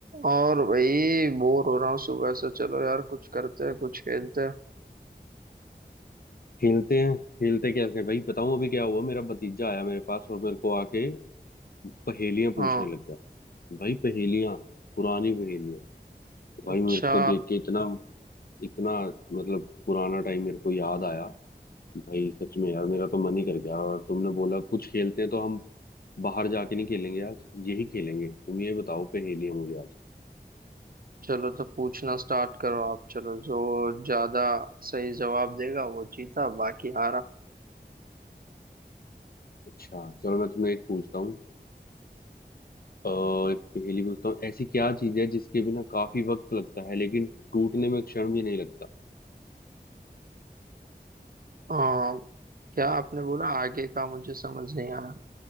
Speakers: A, on the right; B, on the left.
A: और भाई बोर हो रहा हूँ सुबह से चलो यार कुछ करते हैं कुछ खेलते हैं
B: खेलते हैं खेलते कैसे भाई बताऊं अभी क्या हुआ मेरा भतीजा आया मेरे पास और मेरे को आके पहेलियां पूछने
A: हाँ
B: लग गया भाई पहेलियां पुरानी पहेलियां भाई
A: अच्छा
B: मेरे को देख के इतना इतना मतलब पुराना टाइम मेरे को याद आया भाई सच में यार मेरा तो मन ही कर गया और तुमने बोला कुछ खेलते हैं तो हम बाहर जाके नहीं खेलेंगे आज यही खेलेंगे तुम ये बताओ पहेलियां मुझे आज
A: चलो तो पूछना स्टार्ट करो आप चलो जो ज्यादा सही जवाब देगा वो जीता बाकी हारा
B: अच्छा चलो मैं तुम्हें एक पूछता हूँ अ, एक पहेली पूछता हूँ ऐसी क्या चीज है जिसके बिना काफी वक्त लगता है लेकिन टूटने में क्षण भी नहीं लगता
A: आ, क्या आपने बोला आगे का मुझे समझ नहीं आया